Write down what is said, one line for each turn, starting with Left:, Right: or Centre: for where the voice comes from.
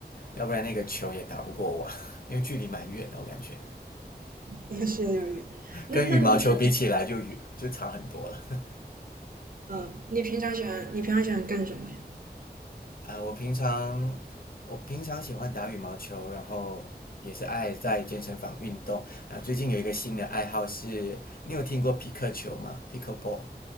Left: 要不然那个球也打不过我，<laughs> 因为距离蛮远的，我感觉
Right: 嗯，<laughs> 是有点儿远。那那你平常，
Left: 跟羽毛球比起来就远就长很多了。
Right: 嗯，你平常喜欢你平常喜欢干什么呀？
Left: <laughs> 啊，我平常我平常喜欢打羽毛球，然后也是爱在健身房运动。啊，最近有一个新的爱好是，你有听过匹克球吗？Pickleball。